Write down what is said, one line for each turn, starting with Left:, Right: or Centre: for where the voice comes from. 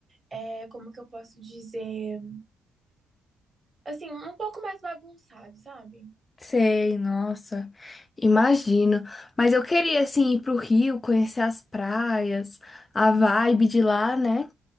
Right: É, como que eu posso dizer? Assim, um pouco mais bagunçado, sabe?
Left: Sei, nossa, imagino. Mas eu queria, assim, ir pro Rio, conhecer as praias, a vibe de lá, né?